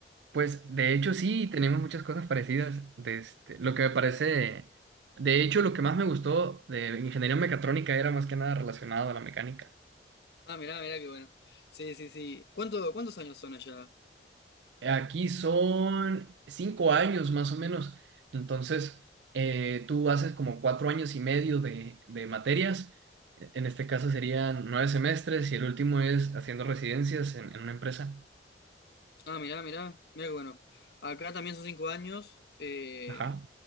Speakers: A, on the right; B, on the left.
A: Pues de hecho sí, tenemos muchas cosas parecidas. de este, lo que me parece, de hecho lo que más me gustó de ingeniería mecatrónica era más que nada relacionado a la mecánica.
B: Ah, mirá, mirá, qué bueno. Sí, sí, sí. ¿Cuánto, cuántos años son allá?
A: Aquí son cinco años más o menos. Entonces, eh, tú haces como cuatro años y medio de, de materias. E- En este caso serían nueve semestres y el último es haciendo residencias en, en una empresa.
B: Ah, mirá, mirá, mirá, qué bueno. Acá también son cinco años. eh,
A: Ajá.